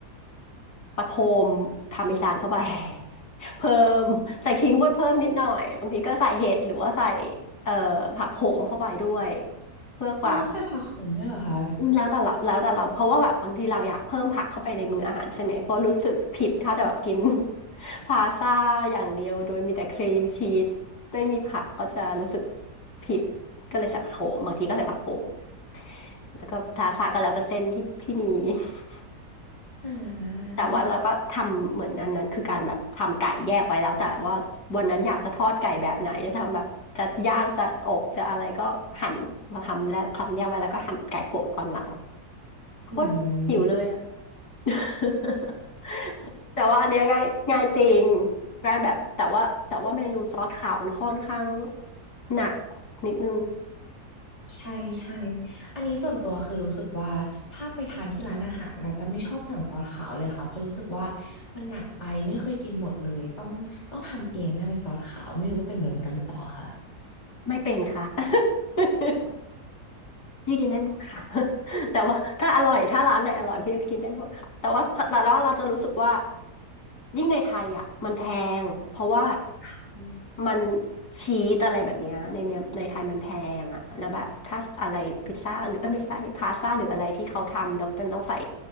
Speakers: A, on the left (about 85°); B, on the left (about 30°).
A: ประโคมพาเมซานเข้าไป <laughs> เพิ่มใส่ขิงเข้าไปเพิ่มนิดหน่อยบางทีก็ใส่เห็ดหรือว่าใส่เอ่อผักโขมเข้าไปด้วยเพื่อความ
B: อ๋อใส่ผักโขมด้วยเหรอคะ
A: แล้วแต่เราแล้วแต่เราเพราะว่าแบบบางทีเราอยากเพิ่มผักเข้าไปในมื้ออาหารใช่ไหมเพราะรู้สึกผิดถ้าแต่แบบกิน <laughs> พาสต้าอย่างเดียวโดยมีแต่ครีมชีสไม่มีผักก็จะรู้สึกผิดก็เลยใส่ผักโขมบางทีก็ใส่ผักโขมแล้วก็พาสต้าก็แล้วแต่เส้นที่ที่มี <laughs>
B: อ่า
A: แต่ว่าเราก็ทำเหมือนอันนั้นคือการแบบทำไก่แยกไว้แล้วแต่ว่าวันนั้นอยากจะทอดไก่แบบไหนจะทำแบบจะย่างจะอบจะอะไรก็หั่นเราทำแล้วทำแยกไว้แล้วก็หั่นไก่โปะตอนหลัง
B: อื
A: โอ๊ยหิวเลยอะ
B: ม
A: <laughs> แต่ว่าอันเนี้ยง่ายง่ายจริงง่ายแบบแต่ว่าแต่ว่าเมนูซอสขาวมันค่อนข้างหนักนิดนึง
B: ใช่ใช่อันนี้ส่วนตัวคือรู้สึกว่าถ้าไปทานที่ร้านอาหารนะจะไม่ชอบสั่งซอสขาวเลยค่ะเพราะรู้สึกว่ามันหนักไปไม่เคยกินหมดเลยต้องต้องทำเองถ้าเป็นซอสขาวไม่รู้ว่าเป็นเหมือนกันหรือเปล่าค่ะ
A: <laughs> ไม่เป็นค่ะ <laughs> พี่กินได้หมดค่ะ <laughs> แต่ว่าถ้าอร่อยถ้าร้านไหนอร่อยพี่ก็กินได้หมดค่ะแต่ว่าแต่ว่าเราจะรู้สึกว่ายิ่งในไทยอ่ะมันแพงเพราะว่า
B: อืม
A: มันชีสอะไรแบบเนี้ยในเนี้ยในไทยมันแพงอ่ะแล้วแบบถ้าอะไรพิซซ่าหรือเอ้ยไม่ใช่พาสต้าหรืออะไรที่เขาทำแล้วมันต้องใส่